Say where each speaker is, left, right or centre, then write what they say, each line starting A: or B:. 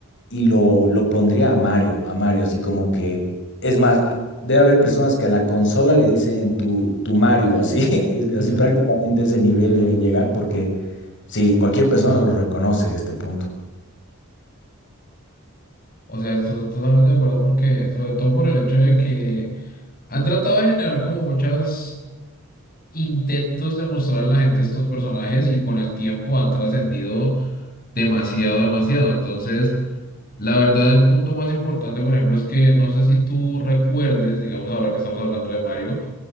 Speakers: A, on the left; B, on the left.
A: y lo, lo pondría a Mario, a Mario, así como que, es más, debe haber personas que a la consola le dicen tu, tu Mario, así, <laughs> es-
B: <laughs>
A: así prácticamente ese nivel deben llegar porque sí, cualquier persona lo reconoce a este punto.
B: O sea, estoy totalmente de acuerdo porque, sobre todo por el hecho de que han tratado de generar como muchos intentos de mostrar a la gente estos personajes y con el tiempo han trascendido demasiado, demasiado. Entonces, La verdad, el punto más importante, por ejemplo, es que no sé si tú recuerdes, digamos ahora que estamos hablando de Mario,